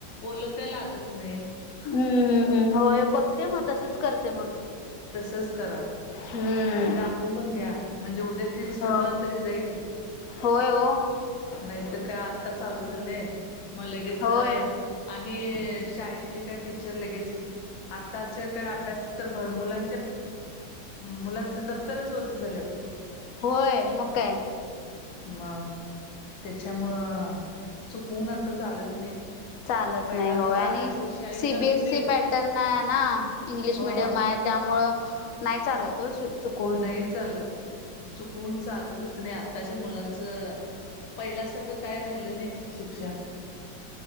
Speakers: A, on the left; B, on the left.
A: ओलं काय लागत नाही.
B: हम्म हम् हम् होय बघते मग तसंच करते मग.
A: तसंच करा.
B: हम्म
A: आणि दाखवू पण घ्या म्हणजे उद्या त स्कूलला
B: हो
A: तरी जाईल.
B: होय हो
A: नाहीत काय आता चालू झालंय मग लगेच
B: होय
A: आणि शाळेतले काय टीचर लगेच आताच्या काय अभ्यास तर मुला मुलांच दप्तरच ओझ झाल्यात.
B: होय म काय.
A: मग त्याच्यामुळं चुकवून आता चालत नाही.
B: चालत
A: पहिला
B: नाही हो
A: कसं
B: आणि
A: आठ दिवस शाळेला
B: सीबीएस
A: जात होतीत
B: ची पॅटर्न आहे ना इंग्लिश
A: हो
B: मिडियम हाय त्यामुळं नाही चालत. <unintelligible>
A: नाही चालत, चुकून चालतच नाही आत्ताच्या मुलांचं. पहिल्यासारखं काय राहिलं नाही शिक्षण.